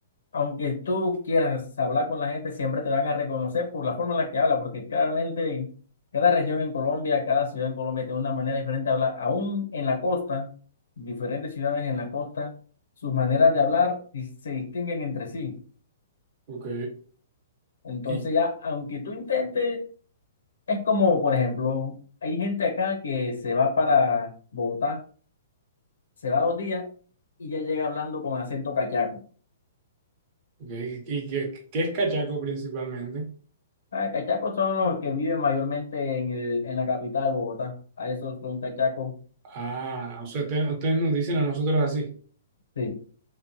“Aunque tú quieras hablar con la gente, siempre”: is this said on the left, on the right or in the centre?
Left